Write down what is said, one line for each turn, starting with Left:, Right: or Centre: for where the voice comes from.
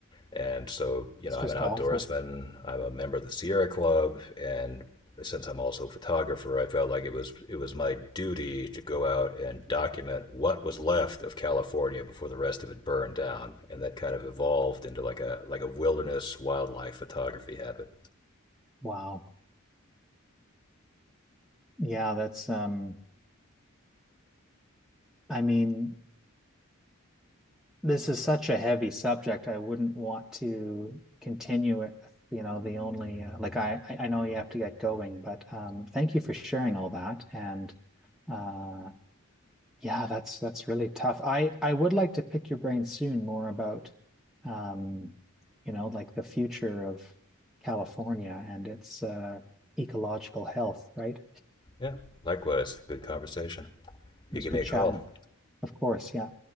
Left: And so, you
Centre: It's
Left: know,
Centre: just
Left: I'm an outdoorsman.
Centre: awful.
Left: I'm a member of the Sierra Club, and since I'm also a photographer, I felt like it was it was my duty to go out and document what was left of California before the rest of it burned down. And that kind of evolved into like a like a wilderness wildlife photography habit.
Centre: Wow. Yeah, that's um I mean, this is such a heavy subject. I wouldn't want to continue it. You know, the only uh, like I I I know you have to get going, but um, thank you for sharing all that. And uh, yeah, that's that's really tough. I I would like to pick your brain soon more about, um, you know, like the future of California and its uh, ecological health. Right?
Left: Yeah, likewise. Good conversation. You
Centre: It was
Left: give
Centre: good
Left: me a
Centre: chatting.
Left: call.
Centre: Of course, yeah.